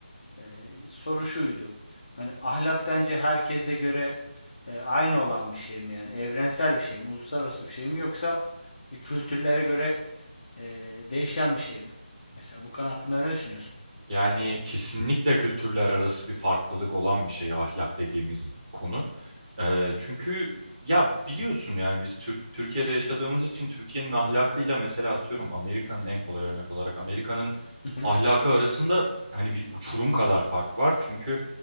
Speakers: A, on the left (about 45°); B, on the right (about 35°).
A: E, soru şuydu. Hani ahlak sence herkese göre e, aynı olan bir şey mi yani? Evrensel bir şey mi? Uluslararası bir şey mi? Yoksa e, kültürlere göre e, değişen bir şey mi? Mesela bu konu hakkında ne düşünüyorsun?
B: Yani kesinlikle kültürler arası bir farklılık olan bir şey ahlak dediğimiz konu. Ee, çünkü ya biliyorsun yani biz Türk Türkiye'de yaşadığımız için Türkiye'nin ahlakıyla mesela atıyorum Amerika'nın en kolay örnek olarak Amerika'nın
A: <laughs>
B: ahlakı arasında hani bir uçurum kadar fark var. Çünkü